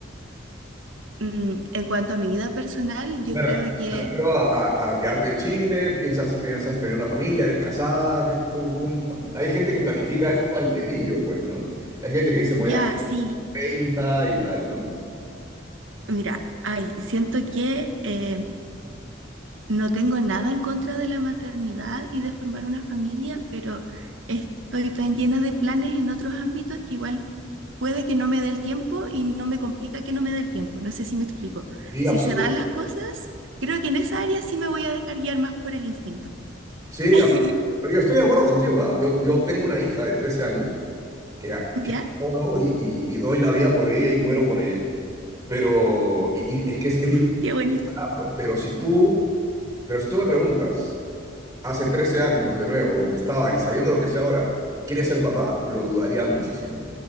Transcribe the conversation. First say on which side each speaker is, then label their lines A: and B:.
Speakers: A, on the right; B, on the right.
A: Mm, en cuanto a mi vida personal, yo
B: Me,
A: creo
B: re-
A: que
B: me refiero a, a- a quedarte en Chile, piensas, piensas tener una familia, eres casada, ¿qué- cómo- cómo? Hay gente que planifica esto al dedillo, pues, ¿no? Hay gente que dice, me
A: ya,
B: voy a casar
A: sí,
B: 30 y tal, ¿no?
A: mira, ay, siento que eh, no tengo nada en contra de la maternidad y de formar una familia, pero estoy tan llena de planes en otros ámbitos que igual puede que no me dé el tiempo y no me complica que no me dé el tiempo. No sé si me explico.
B: Sí,
A: Si
B: absoluta.
A: se dan las cosas, creo que en esa área sí me voy a dejar guiar más por el instinto.
B: Sí,
A: <laughs>
B: absoluta. Pero yo estoy de acuerdo contigo, ¿ah? Yo, yo tengo una hija de 13 años que, a-
A: ¿Ya?
B: que adoro y, y- y doy la vida por ella y muero por ella. Pero y, y es que es, es
A: Mm,
B: difícil
A: Qué bonito.
B: pararlo. Pero si tú, pero si tú me preguntas, hace 13 años, de nuevo, donde estaba y sabiendo lo que sé ahora, quiere ser papá, lo dudaría muchísimo.